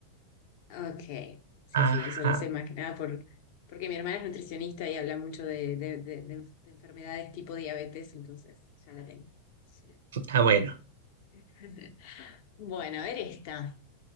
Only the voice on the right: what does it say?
Ajá.
Ah, bueno.